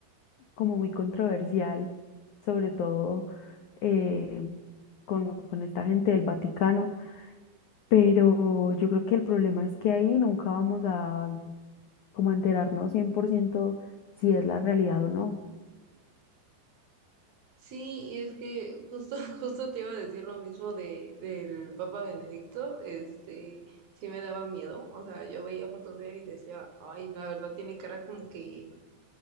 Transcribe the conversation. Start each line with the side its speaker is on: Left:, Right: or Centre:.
Left: como muy controversial, sobre todo eh, con, con esta gente del Vaticano, pero yo creo que el problema es que ahí nunca vamos a como a enterarnos 100% si es la realidad o no.
Right: Sí, y es que justo, <laughs> justo te iba a decir lo mismo de, del Papa Benedicto, este, sí me daba miedo, o sea, yo veía fotos de él y decía, ay, la verdad tiene cara como que,